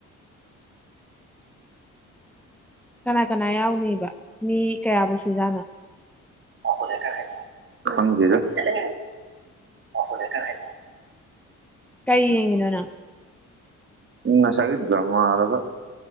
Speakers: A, in the centre; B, on the right (about 40°).
A: ꯀꯅꯥ ꯀꯅꯥ ꯌꯥꯎꯅꯤꯕ ꯃꯤ ꯀꯌꯥꯕꯨ ꯁꯨꯖꯥꯠꯅꯣ
B: <unintelligible> ꯈꯪꯗꯦꯗ <unintelligible>
A: ꯀꯩ ꯌꯦꯡꯉꯤꯅꯣꯅꯪ
B: ꯉꯁꯥꯏꯗꯩ ꯗ꯭ꯔꯃꯥ <unintelligible>